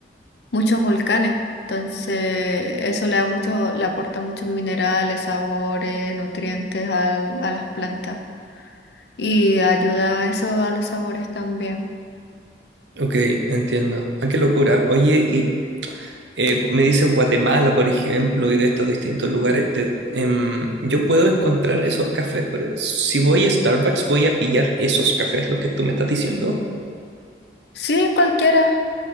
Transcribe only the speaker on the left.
muchos volcanes. Entonces, eso le da mucho, le aporta muchos minerales, sabores, nutrientes al- a, las plantas. Y ayuda eso a los sabores también.
Sí, cualquiera,